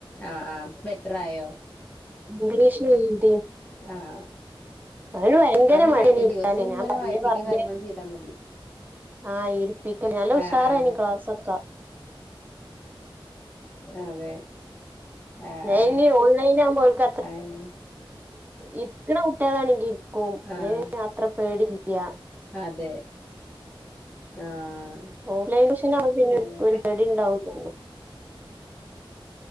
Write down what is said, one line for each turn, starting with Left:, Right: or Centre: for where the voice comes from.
Left: ആ ആ ബെറ്ററായോ
Right: ഇംഗ്ലീഷിന് എന്തെ
Left: ആഹ്
Right: അവന് ഭയങ്കര
Left: ആഹ് പിന്നെ
Right: മടി ഇരുത്താന്
Left: ദിവസവും
Right: ഞാൻ
Left: ഇങ്ങനെ
Right: പറഞ്ഞ്
Left: വായിപ്പിക്കുക
Right: പറഞ്ഞ്
Left: കാര്യങ്ങളും ചെയ്താൽ മതി
Right: ആ ഇരിപ്പിക്ക നല്ല ഉഷാറനി
Left: ആഹ് ആഹ്
Right: ക്ലാസൈക്ക
Left: അതെ ആഹ്
Right: ഇനി ഓൺലൈൻ ആവുമ്പോ അവൾക്ക് അത്ര
Left: ആഹ് ആഹ്
Right: ഇരിക്കണകുട്ടികളാണെങ്കിൽ ഒ
Left: ആഹ്
Right: യാത്ര പേട <unintelligible>
Left: അതെ ആഹ്
Right: ഓൺലൈൻ ട്യൂഷനാകുമ്പോൾ പിന്നെ
Left: അതെ
Right: ഒരു പേടിഉണ്ടാവുവെന്ന് തോന്നുന്നു.